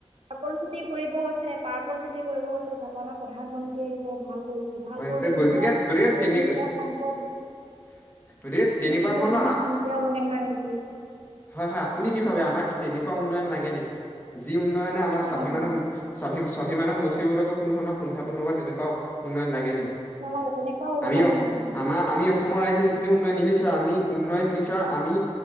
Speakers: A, on the right (about 65°); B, on the left (about 20°).
A: পাপল চিট কৰিবও আৈছে পাৰফল চিতি কৰিবও গৈছে। ভাৰতৰ প্ৰধানমন্ত্ৰী আহিব ভাল। কৰিছে ভাল
B: হয়।
A: কৰোতে
B: গতিকে
A: নিজৰ
B: গতিকে
A: যি
B: তেনে
A: মূল্য
B: গতিকে
A: সম্পদ
B: তেনেকুৱা
A: সেইসমূহ
B: ধৰণৰ
A: সিহঁত তেওঁলোকে নাই কৰিছে
B: হয় হয় আপুনি কি ভাবে আমাক তেনে। উন্নয়ন লাগে নেকি যি? উন্নয়নে আমাৰ
A: নালাগে
B: স্বাভিমান।
A: নালাগে
B: স্বাভিমানক মচিবলৈক কোনো ধৰণৰ কুণ্ঠাবোধ তেনেকুৱাও উন্নয়ন লাগে।
A: নালাগে তেনেকুৱা উন্নয়ন
B: আমিও
A: নালাগে আমাক
B: আমাৰ আমি আসমীয়া অসমৰ ৰাইজে সেইখিনি উন্নয়ন নিবিচাৰাৰে আমি উন্নয়ন বিচাৰ আমি